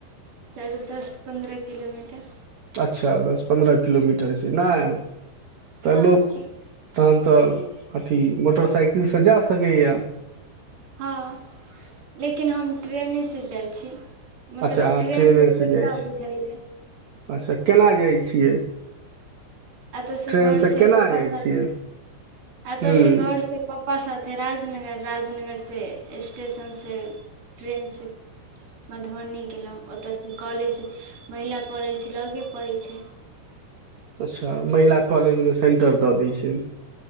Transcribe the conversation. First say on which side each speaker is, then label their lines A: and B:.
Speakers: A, on the right; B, on the right.
A: साढ़े दस पन्द्रह किलोमीटर
B: अच्छा दस पन्द्रह किलोमीटर छै नहि तऽ
A: हँ
B: लोक तखन तऽ अथि मोटरसाइकिलसँ जा सकैए
A: हँ लेकिन हम ट्रेनेसँ जाइत छी मतलब
B: अच्छा अहाँ
A: ट्रेन
B: ट्रेनेसँ
A: से सुविधा
B: जाइ छी
A: बुझाइया
B: अच्छा केना जाइ छियै
A: आत से
B: ट्रेनसँ
A: घर से
B: केना
A: पप्पा
B: जाइ
A: साथ
B: छियै
A: आत
B: हूँ
A: से घर से पप्पा साथ थे राजनगर राजनगर से स्टेशन से ट्रेन से मधुबनी गेलहुँ ओतऽसँ कॉलेज महिला कॉलेज लगे पड़ै छै
B: अच्छा महिला कॉलेजमे सेंटर दऽ दै छै